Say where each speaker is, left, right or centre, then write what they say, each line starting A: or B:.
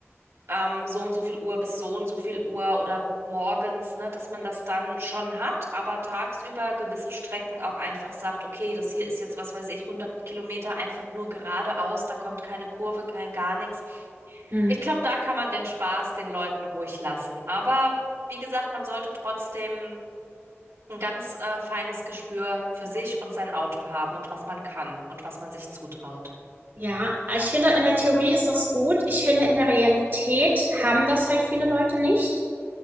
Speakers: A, on the right; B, on the right.
A: ähm, so und so viel Uhr bis so und so viel Uhr oder morgens, ne, dass man das dann schon hat, aber tagsüber gewisse Strecken auch einfach sagt, okay, das hier ist jetzt, was weiß ich, 100 Kilometer einfach nur geradeaus, da kommt keine Kurve, kein gar nichts.
B: Mhm.
A: Ich glaube, da kann man den Spaß den Leuten ruhig lassen. Aber wie gesagt, man sollte trotzdem ein ganz äh, feines Gespür für sich und sein Auto haben und was man kann und was man sich zutraut.
B: Ja, ich finde, in der Theorie ist das gut. Ich finde, in der Realität haben das halt viele Leute nicht.